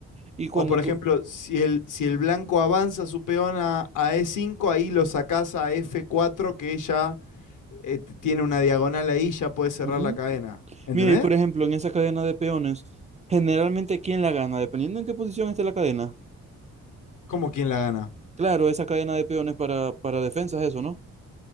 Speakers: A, on the right; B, on the left.
A: Y cuando
B: O, por ejemplo,
A: tú...
B: si el, si el blanco avanza su peón a, a E5, ahí lo sacás a F4, que ya eh, tiene una diagonal ahí, ya puedes cerrar
A: Ujú.
B: la cadena. ¿Entendés?
A: Mira, y por ejemplo, en esa cadena de peones, generalmente, ¿quién la gana? Dependiendo en qué posición esté la cadena.
B: Como quien la gana.
A: Claro, esa cadena de peones para, para defensas, eso, ¿no?